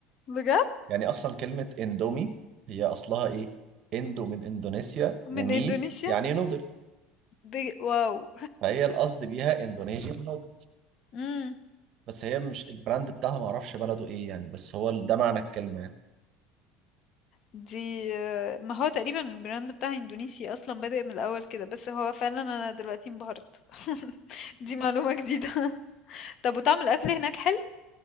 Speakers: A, on the left (about 45°); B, on the right (about 45°).
A: <laughs> بجد؟
B: يعني اصلا كلمه اندومي هي اصلها ايه اندو من اندونيسيا
A: من
B: ومي
A: إندونيسيا؟
B: يعني نودل
A: بج... واو
B: فهي القصد بيها اندونيسيا نودل
A: مم.
B: بس هي مش البراند بتاعها ما اعرفش بلده ايه يعني بس هو ال- ده معنى الكلمه يعني
A: دي آه، ما هو تقريبا البراند بتاع اندونيسي اصلا بادئ من الاول كده بس هو فعلا انا دلوقتي انبهرت دي معلومة جديدة <laughs> طب وطعم الاكل هناك حلو